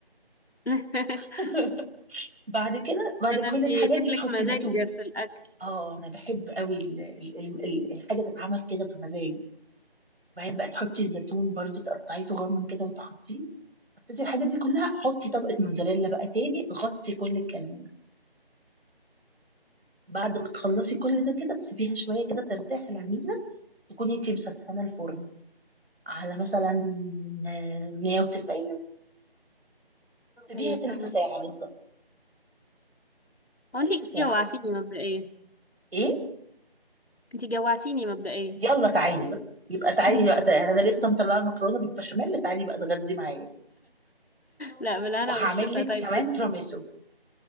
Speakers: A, on the left; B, on the right.
A: <laughs>
B: <laughs> بعد كده بعد
A: ده
B: كل
A: انت
B: الحاجات
A: شكلك
B: دي تحطي
A: مزاج
B: زيتون
A: في الاكل
B: اه انا بحب قوي ال- ال- ال- الحاجه تتعمل كده بمزاج وبعدين بقى تحطي الزيتون برضو تقطعيه صغنن كده وتحطيه حطيتي الحاجات دي كلها حطي طبقه موزاريلا بقى تاني غطي كل الكلام ده بعد ما تخلصي كل ده كده تسيبيها شوية كده ترتاح العجينة تكوني انتي مسخنة الفرن على مثلا آه، 190 تسيبيها
A: ايوه
B: تلت
A: فهميكي
B: ساعة بالظبط
A: هو
B: تلت
A: انتي
B: ساعة
A: جوعتيني مبدئيا
B: ايه
A: انتي جوعتيني مبدئيا
B: يلا تعالي بقى يبقى تعالي
A: <laughs>
B: بقى تعالي. انا لسه مطلعة المكرونة بالبشاميل تعالي بقى اتغدي معايا
A: لا بالهنا
B: وهعمل
A: والشفا
B: لك
A: طيب
B: كمان تراميسو